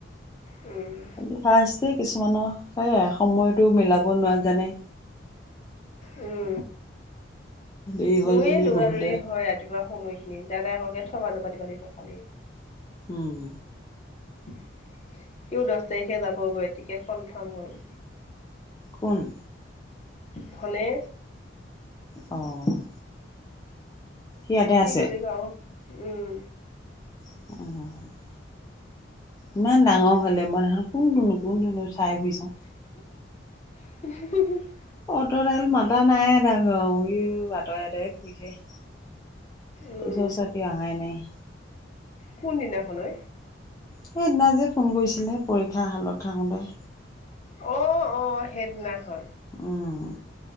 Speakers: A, on the left; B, on the left.
A: উম।
B: আজি ফাৰ্ষ্ট যে কিছুমানৰ এ সময়তটো মিলাব নাজানে।
A: উম।
B: এই
A: মোৰে
B: হ'ল বুলি
A: দৌৰা
B: বহুতে
A: দৌৰি হয় ৰাতিপুৱা সময়ত। সময়খিনি দায়েককে থবা যাবা দিব লাগিব কালি।
B: উম।
A: সিও দহ তাৰিখে যাবগৈ টিকেট কনফাৰ্ম হ'ল।
B: কোন?
A: ধনে।
B: অ' ইয়াতে
A: সি
B: আছে
A: গলেগে উম।
B: উম। ইমান ডাঙৰ হ'লে মই সেইদিনা খন কোন টুনো কোন টুনো চাই ফুৰিছো।
A: <unintelligible>
B: অঁতৰেল মতা নাই ডাঙৰ উই উই বাতৰে আতৰে ফুৰিছে।
A: উম
B: ওচৰ চাপি অহাই নাই।
A: কোন দিনা খন ঐ?
B: সেই দিনা যে ফোন কৰিছিলে পৰীক্ষা হলত থাকোতে।
A: অ' অ' সেইদিনাখন।
B: উম।